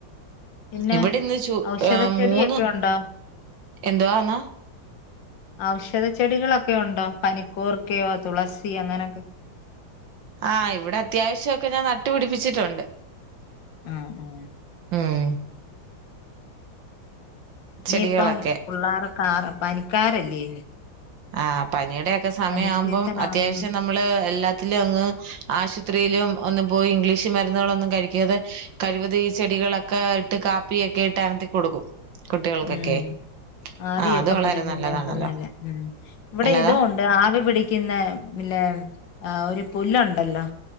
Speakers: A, on the left; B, on the right.
A: പിന്നെ
B: ഇവിടെ ഇന്ന് ചു
A: ഔഷധച്ചെടിയൊക്കെ
B: ഏ മൂന്ന്
A: ഉണ്ടോ
B: എന്തുവന്ന്
A: ഔഷധ ചെടികളൊക്കെ ഉണ്ടോ പനികുർകയോ തുളസി അങ്ങനെയൊക്കെ
B: ആഹ് ഇവിടെ അത്യാവശ്യംക്കെ ഞാൻ നട്ടുപിടിപ്പിച്ചിട്ടുണ്ട്
A: ആഹ ഉ
B: ഉം
A: ഇനിയിപ്പം
B: ചെടികളൊക്കെ
A: പിള്ളോര.. കറ പനിക്കാരല്ലേ
B: ആഹ് പനിയട്.. <unintelligible> ക്കെ സമയം
A: പനി
B: ആവുമ്പം
A: സീസൺ
B: അത്യാവശ്യം
A: ആവുന്നു
B: നമ്മള് എല്ലാത്തിലും അങ്ങ്.. ആശുത്രിയിലും ഒന്നും പോയി ഇംഗ്ലീഷ് മരുന്നുകളൊന്നും കഴിക്കാതെ കഴിവതും ഈ ചെടികളൊക്കെ ഇട്ട് കാപ്പിയൊക്കെ ഇട്ട് അനത്തി കൊടുക്കും. കുട്ടികൾക്കൊക്കെ
A: ഉം ആവിയൊക്കെ
B: ആഹ് അത് വളരെ
A: പിടിക്കുന്നൊക്കെ
B: നല്ലതാണല്ലോ
A: നല്ല ഉം ഇവിടെ
B: എന്നതാ
A: ഇതും ഒണ്ട് ആവി പിടിക്കുന്ന ഇല്ലേമ് ആ ഒരു പുല്ലുണ്ടല്ലോ